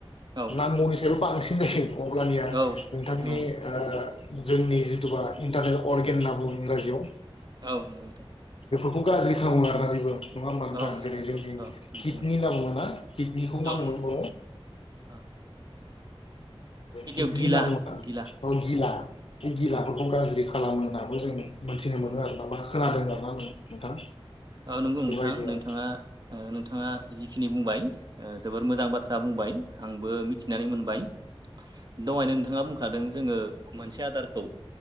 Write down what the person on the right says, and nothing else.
औ
औ
औ
औ नोंगौ नोंथां
औ
नंगौ
औ नंगौ
नंगौ औ
नंगौ
औ गिबियाव
गिला
गिला
उम
उम
औ नोंगौ
नोंथां नोंथाङा
ओ नोंथाङा जिखिनि बुंबाय ओ जोबोर मोजां बाथ्रा बुंबाय आंबो बो मिथिनानै मोनबाय दहायनो नोंथाङा बुं खादों जोङो मोनसे आदारखौ